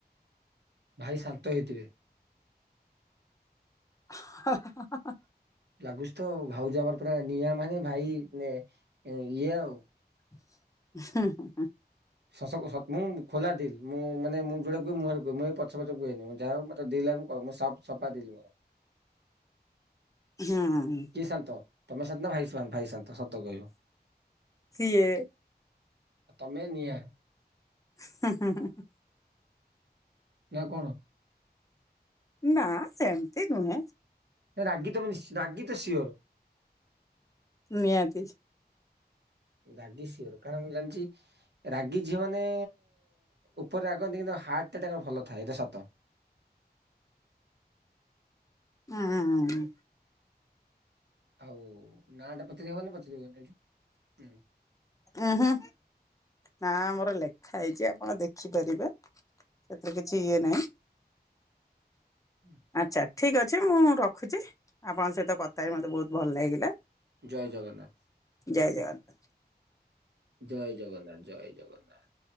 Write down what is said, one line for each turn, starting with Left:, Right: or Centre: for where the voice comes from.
Right: ଭାଇ ଶାନ୍ତ ହେଇଥିବେ?
Left: ହ-ହଁ-ହଁ-ହଁ-ହଁ-ହଁ।
Right: ଲାଗୁଛି ତ ଆଉ। ଭାଉଜ ଆମର ପୁରା ନିଆଁ ମାନେ ଭାଇ ମାନେ ଇଏ ଆଉ।
Left: ହିଁ-ହିଁ-ହିଁ।
Right: ଶଶକୁ ସତ ମୁଁ ଖୋଲା ଦିଲ୍। ମୁଁ ମାନେ ମୁଁ ଯୋଉଡା କୁହେ ମୁହଁରେ କୁହେ। ମୁଁ ଏଇ ପଛ ପଛ କୁହେନେଇ। ମୁଁ ଯାହା ହଉ ମତେ ଦେଇ ଲାଗୁ କ ମୁଁ ସପ୍ ସଫା ଦିଲ୍ ମୋର।
Left: ହଁ ହୁଁ।
Right: କିଏ ଶାନ୍ତ? ତମେ ଶାନ୍ତ ନା, ଭାଇ ଶା ଭାଇ ଶାନ୍ତ ସତ କହିବ?
Left: ସିଏ
Right: ଆ ତମେ ନିଆଁ
Left: ହୁଁ-ହୁଁ-ହୁଁ-ହୁଁ।
Right: ନା କଣ?
Left: ନା ସେମତି ନୁହେଁ
Right: ରାଗି ତମେ ନିଶ୍ଚୟ, ରାଗି ତ ସିଓର।
Left: ନିହାତି।
Right: ରାଗି ସିଓର କାରଣ ମୁଁ ଜାଣିଛି ରାଗି ଝିଅ ମାନେ ଉପରେ ରାଗନ୍ତି କିନ୍ତୁ ହାର୍ଟ ଟା ତାଙ୍କର ଭଲ ଥାଏ ଏଇଟା ସତ।
Left: ହୁଁ ହୁଁ ହୁଁ।
Right: ଆଉ ନା ଟା ପଚାରି ହବ ନା ପଚାରି ହବନି ଏଠି।
Left: ଉଁହୁ। ନାଆ ଆମର ଲେଖା ହେଇଛି ଆପଣ ଦେଖିପାରିବେ ସେଥିରେ କିଛି ଇଏ ନାହିଁ।
Right: <inaudible>
Left: ଆଚ୍ଛା ଠିକ୍ ଅଛି ମୁଁ ରଖୁଛି ଆପଣଙ୍କ ସହିତ କଥା ହେଇକି ମୋତେ ବହୁତ ଭଲ ଲାଗିଲା।
Right: ଜୟ ଜଗନ୍ନାଥ।
Left: ଜୟ ଜଗନ୍ନାଥ।
Right: ଜୟ ଜଗନ୍ନାଥ ଜୟ ଜଗନ୍ନାଥ।